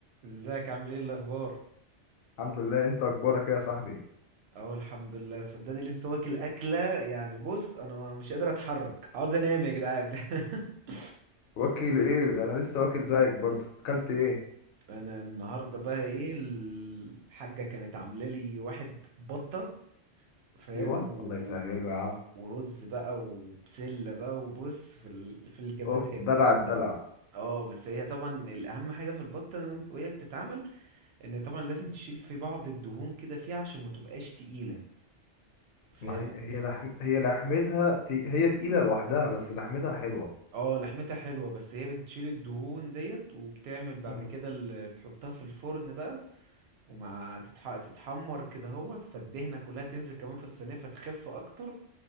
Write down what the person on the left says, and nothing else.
الحمد لله انت اخبارك ايه يا صاحبي
واكل ايه انا لسه واكل زيك برضو اكلت ايه
ايوه
الله يسهله يا عم
اوف دلع الدلع
ما هي هي لحم... هي لحمتها تي... هي تقيله لوحدها بس لحمتها حلوه
مم.